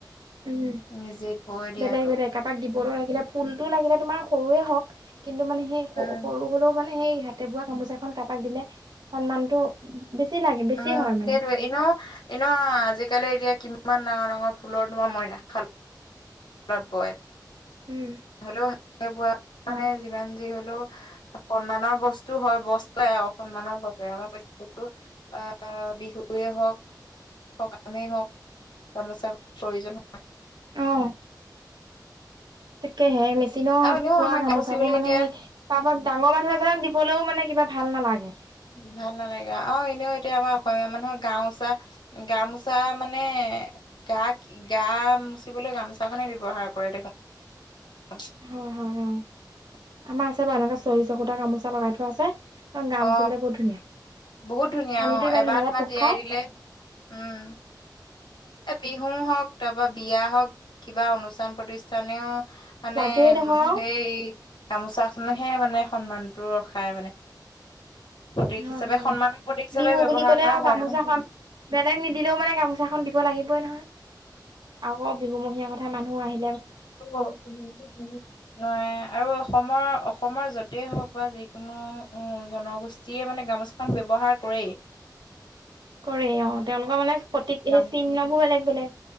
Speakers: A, on the right; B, on the left.
A: উম,
B: নিজে বৈ দিয়াটো
A: বেলেগ বেলেগ কাৰোবাক দিবৰ লাগিলে ফুল টো লাগিলে তোমাৰ সৰুয়ে হওঁক কিন্তু মানে সেই সৰু
B: উম
A: সৰু হ'লেও মানে সেই হাতে বোৱা গামোচা এখন কাৰবাক দিলে সন্মানটো বেছি লাগে বেছি
B: উম,
A: হয় মানে
B: সেইটোৱে এনেও এনেও আজিকালি এতিয়া কিম ইমান ডাঙৰ ডাঙৰ ফুলৰ তোমাৰ মই নাখাল ত বয়
A: উম।
B: হলেও ৱা মানে
A: অ
B: যিমান যি হলেও। সন্মানৰ বস্তু হয় বস্তয়ে আসন্মানৰ বস্ত আমাৰটো অহ বিহুৱে হওক হওক কামেই হওক গামোচা প্ৰয়োজন হয়।
A: অ', তাকেহে মেচিনত
B: আৰু এনেও
A: পোৱা
B: আমাৰ
A: গামোচাবোৰ
B: গামচিবলৈ
A: মানে
B: এতিয়া
A: কাৰবাক ডাঙৰ-ডাঙৰ, ক দিবলৈও মানে কিবা ভাল নালাগে।
B: ভাল নালাগে অ' এনেও এতিয়া আমাৰ অসমীয়া মানুহৰ গামোচা-গামোচা মানে, গা গামোচিবলৈ গামোচাখনে ব্যৱহাৰ কৰে দেখোন। অ',
A: হয় হয় অ আমাৰ আছে বাৰু এনেকা চৰি সূতা গামোচা লগাই থোৱা আছে কাৰন গামুচিবলে
B: অ
A: বহুত ধুনীয়া।
B: বহুত ধুনীয়া
A: পানীটো
B: অ'
A: ইমান
B: এবাৰ
A: ধুনীয়াকে
B: মান
A: টোপ
B: তিয়াই
A: খাই
B: দিলে উম, এ বিহুও হওক তাৰপৰা বিয়া হওক কিবা অনুষ্ঠান প্ৰতিষ্ঠানেও মানে
A: লাগেই নহয় আৰু
B: হেই গামোচাখনকহে মানে সন্মানটো ৰখায় মানে। প্ৰতীক হিচাপে
A: হয় হয়
B: সন্মানৰ প্ৰতীক হিচাপে
A: বিহু
B: ব্যৱহাৰ
A: বুলি ক'লে
B: কৰা হয়
A: গামোচাখন
B: আৰু।
A: বেলেগ নিদিলেও মানে গামোচাখন দিব লাগিবই নহয় আকৌ বিহুমহীয়াৰ কথা মানুহো আহি,
B: নোৱাৰে আৰু অসমৰ অসমৰ য'তেই হওক বা যিকোনো উ জনগোষ্ঠীয়ে মানে গামোছাখন ব্যৱহাৰ কৰেই। উ <inaudible>
A: কৰে অ' তেওঁলোকৰ মানে প্ৰতিক
B: গাম
A: চিহ্ন বোৰো বেলেগ-বেলেগ